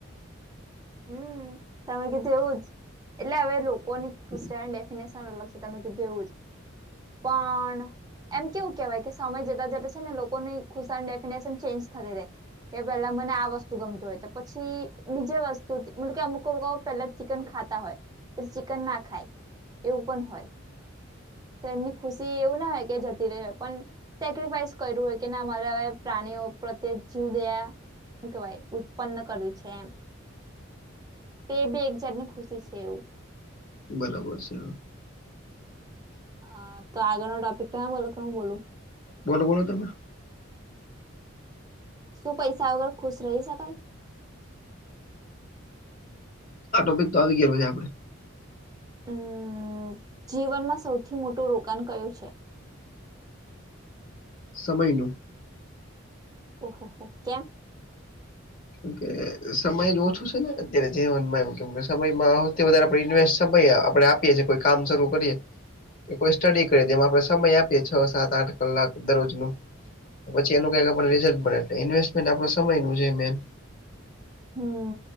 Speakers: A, on the right; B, on the left.
A: હમ તમે કીધું એવું જ એટલે હવે લોકોની ખુશિયાની ડેફિનેશન અલગ છે તમે કીધું એવું જ પણ એમ કેવું કેહેવાય કે સમય જતા જતા છે ને લોકોની ખુશની ડેફિનેશન ચેન્જ થતી રહે કે પેલા મને આ વસ્તુ ગમતું હોય તો પછી બીજે વસ્તુ મતલબ કે અમુક કો પહેલા ચિકન ખાતા હોય ચિકન ના ખાય એવું પણ હોય તો એમની ખુશી એવું ના હો કે જતી રહે પણ સેક્રિફાઈસ કર્યું હોય કે ના મારા પ્રાણીઓ પ્રત્યે જીવ દયા કેવાય ઉત્પન્ન કરવું છે એમ તે બી એકજણ ની ખુશી છે એવું
B: બરાબર છે
A: અ તો આગળનો ટોપિક તો બોલો કે હું બોલું
B: બોલો બોલો તમે
A: શું પૈસા વગર ખુશ રહી શકાય
B: આ ટોપિક તો આવી ગયેલો છે આપડે
A: હમ જીવનમાં સૌથી મોટું રોકાણ કયું છે
B: સમયનું
A: ઓહોહ કેમ
B: મ સમય જ ઓછું છે ને અત્યારે જીવનમાં એમ કેમ કે સમયમાં સૌ વધારે આપ ઇન્વેસ્ટ સમય આપ આપએ કોઈ કામ શરૂ કરીએ કે કોઈ સ્ટડી કરીેમાં આપડે સમય આપીએ છ સાત આઠ કલાક દરરોજ ન પછી એનું કઈ આપણે રિઝલ્ટ મળે એટલે ઇન્વેસ્ટમેન્ટ આપ સમયનું છે મેન
A: હમ